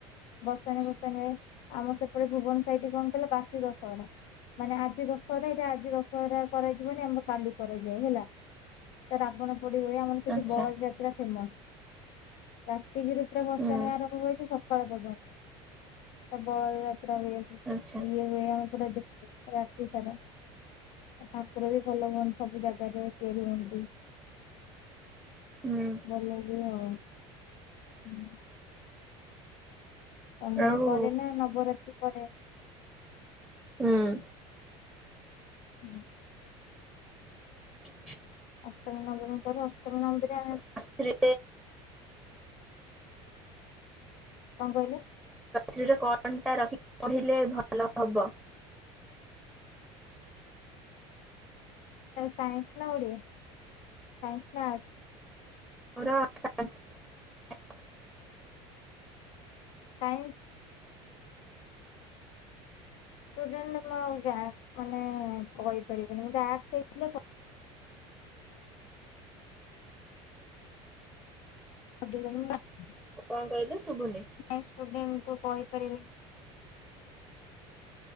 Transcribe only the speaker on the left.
ବର୍ସାଣି
ବର୍ଷାଣି ହୁଏ ଆମ ସେପଟେ ଭୁବନ ସାଇଟ୍ କଣ କାହିଲ ବାସୀ ଦଶହରା। ମାନେ ଆଜି ଦଶରେ ଏଟି ଆଜି ଦଶଅରା କରାଯିବନି ଆମର କାଲି କରାଯାଏ ହେଲା। ତ ରାବଣ ପୋଡ଼ି ହୁଏ ଆମର ସେଠି
ବଳଯାତ୍ରା ଫେମସ। ରାତିକିରୁ ପୁରା ଭସାଣି
ଆରମ୍ଭ ହେଇଛି ସକାଳ ପର୍ଯ୍ୟନ୍ତ। ବଳଦଯାତ୍ରା ହୁଏ ଏ
ହୁଏ ଆମେ ଦେଖୁ ପୁର ରାତି ସାରା। ଠାକୁର ବି ଭଲ ହୁଅନ୍ତି ସବୁ ଜାଗାରେ ତିଆରି ହୁଅନ୍ତି।
ଭଲାହୁଏ ଆଉ, ହୁଁ। ତ ମୁଁ
ବି କରେ ନା ନବରାତ୍ରି କରେ।
ହୁଁ।
ଅଷ୍ଟମୀ ନବମୀ ପରେ ଅଷ୍ଟମୀ <unintelligible>
କଣ କହିଲେ
ସାଇନ୍ସ ନ ଓଡ଼ିଆ ସାଇନ୍ସ ନା ଆର୍ଟସ?
ସାଇନ୍ସ। ଷ୍ଟୁଡେଣ୍ଟସ୍ ଯା ମାନେ କହିପାରିବିନି ମୋର ଆଡସ୍ ଥିଲା <unintelligible> <unintelligible>
<unintelligible> ଷ୍ଟୁଡେଣ୍ଟ କୁ କହି <unintelligible>